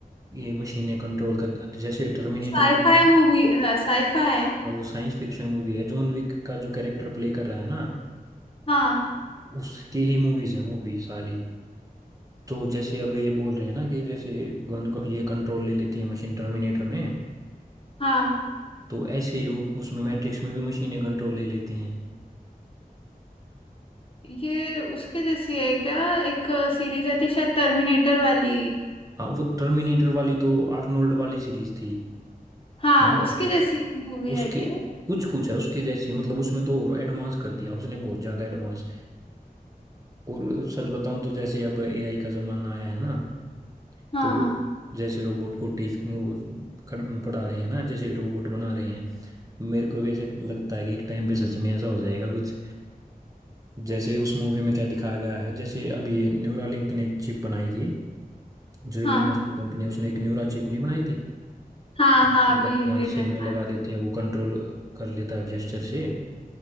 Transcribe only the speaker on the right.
ये मशीनें कंट्रोल कर जैसे टर्मिनेटर
मूवी
वो साइंस फिक्शन मूवी है जॉन विक का जो कैरेक्टर प्ले कर रहा है ना
उसकी ही मूवीज हैं वो भी सारी तो जैसे अब ये बोल रहे हैं ना कि जैसे गन को ये कंट्रोल ले लेती है मशीन टर्मिनेटर में
तो ऐसे ही वो उसमें मैट्रिक्स में भी मशीनें कंट्रोल ले लेती हैं
हाँ वो टर्मिनेटर वाली तो आर्नोल्ड वाली सीरीज थी
है ना
उसके
कुछ कुछ है उसके जैसी मतलब उसमें तो और एडवांस कर दिया उसने बहुत ज़्यादा एडवांस और सच बताऊं तो जैसे अब एआई का ज़माना आया है ना
तो जैसे रोबोट को टीच वो कर- पढ़ा रहे हैं ना जैसे रोबोट बना रहे हैं मेरे को भी ऐसे लगता है कि एक टाइम पे सच में ऐसा हो जाएगा कुछ जैसे उस मूवी में क्या दिखाया गया है जैसे अभी ये न्यूरालिंक ने चिप बनाई थी जो इलोन
मस्क की कंपनी है उसने एक न्यूरा चिप नहीं बनाई थी
जो
मतलब
यहाँ
सिर में लगा
देते हैं वो कंट्रोल कर लेता है जेस्चर से